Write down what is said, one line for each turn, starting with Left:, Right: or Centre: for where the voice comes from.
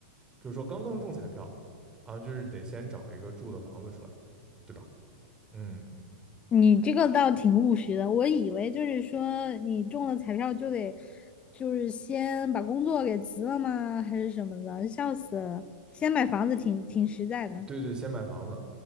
Right: 就是说刚刚中彩票啊，就是得先找一个住的房子出来，对吧？嗯，
Left: 你这个倒挺务实的，我以为就是说你中了彩票就得，就是先把工作给辞了吗？还是什么的？笑死了！先买房子挺挺实在的，
Right: 对对，先买房子，